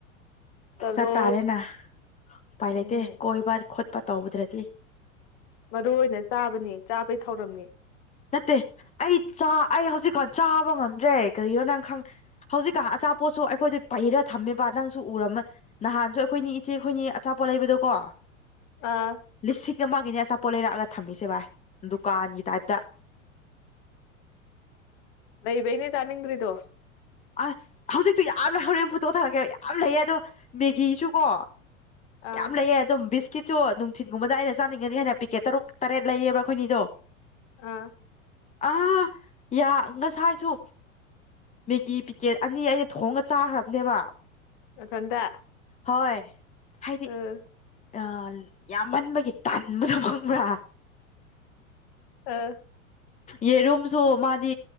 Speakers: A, on the left (about 45°); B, on the left (about 15°).
A: ꯆꯠꯂꯣ
B: ꯆꯠ ꯇꯥꯔꯦꯅ ꯎꯄꯥꯏ
A: ꯎꯝ
B: ꯂꯩꯇꯦ ꯀꯣꯏꯕ ꯈꯣꯠꯄ ꯇꯧꯗ꯭ꯔꯗꯤ
A: ꯃꯔꯨ ꯑꯣꯏꯅ ꯆꯥꯕꯅꯤ ꯆꯥꯕꯩ ꯊꯧꯔꯝꯅꯤ꯫
B: ꯅꯠꯇꯦ ꯑꯩ ꯆꯥ ꯑꯩ ꯍꯧꯖꯤꯛꯀꯥꯟ ꯆꯥꯕ ꯉꯝꯗ꯭ꯔꯦ ꯀꯔꯤꯅꯣ ꯅꯪ ꯈꯪ ꯍꯧꯖꯤꯛꯀꯥꯟ ꯑꯆꯥ ꯄꯣꯠꯁꯨ ꯑꯩꯈꯣꯏꯗ ꯄꯩꯔ ꯊꯝꯃꯦꯕ ꯅꯪꯁꯨ ꯎꯔꯝꯃ ꯅꯍꯥꯟꯁꯨ ꯑꯩꯈꯣꯏꯅꯤ ꯏꯆꯦ ꯑꯩꯈꯣꯏꯅꯤ ꯑꯆꯥꯄꯣꯠ ꯂꯩꯕꯗꯣ ꯀꯣ
A: ꯑꯥ
B: ꯂꯤꯁꯤꯡ ꯑꯃꯒꯤꯅꯦ ꯑꯆꯥꯄꯣꯠ ꯂꯩꯔꯛꯑꯒ ꯊꯝꯃꯤꯁꯦ ꯚꯥꯏ ꯗꯨꯀꯥꯟꯒꯤ ꯇꯥꯏꯞꯇ
A: ꯂꯩꯕꯩꯅꯦ ꯆꯥꯅꯤꯡꯗ꯭ꯔꯤꯗꯣ
B: ꯑ ꯍꯧꯖꯤꯛꯇꯣ ꯌꯥꯝ ꯂꯩ ꯍꯣꯔꯦꯟ ꯐꯨꯠꯇꯣ ꯊꯥꯔꯛꯀꯦꯕ ꯌꯥꯝ ꯂꯩꯌꯦ ꯑꯗꯣ ꯃꯦꯒꯤꯁꯨ ꯀꯣ
A: ꯑꯥ
B: ꯌꯥꯝ ꯂꯩꯌꯦ ꯗꯨꯝ ꯕꯤꯁ ꯀꯦꯠꯁꯨ ꯅꯨꯡꯊꯤꯟꯒꯨꯝꯕꯗ ꯑꯩꯅ ꯆꯥꯅꯤꯡꯉꯗꯤ ꯍꯥꯏꯅ ꯄꯤꯀꯦꯠ ꯇꯔꯨꯛ ꯇꯔꯦꯠ ꯂꯩꯌꯦꯕ ꯈꯣꯏꯅꯤꯗꯣ
A: ꯑ
B: ꯑꯥ ꯌꯥ ꯉꯁꯥꯏꯁꯨ ꯃꯦꯒꯤ ꯄꯤꯀꯦꯠ ꯑꯅꯤ ꯑꯩꯅ ꯊꯣꯡꯉ ꯆꯥꯈ꯭ꯔꯕꯅꯦꯕ
A: ꯅꯊꯟꯗ
B: ꯍꯣꯏ ꯍꯥꯏ
A: <unintelligible>
B: ꯑ ꯌꯥꯝꯃꯟꯕꯒꯤ ꯇꯟꯕꯗ‌ꯣ ꯈꯪꯕ꯭ꯔꯥ
A: ꯑꯥ
B: ꯌꯦꯔꯨꯝꯁꯨ ꯃꯥꯗꯤ